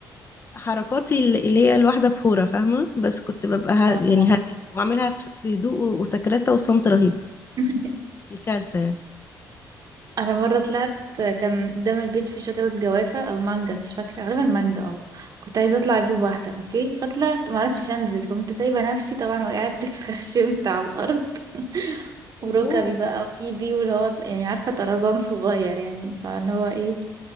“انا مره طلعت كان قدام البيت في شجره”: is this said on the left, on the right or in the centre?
Right